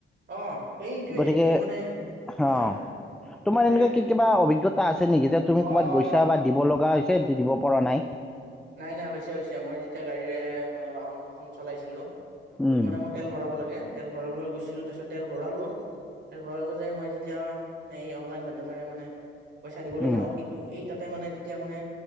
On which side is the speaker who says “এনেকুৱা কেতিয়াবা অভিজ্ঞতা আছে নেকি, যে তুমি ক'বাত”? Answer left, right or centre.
Centre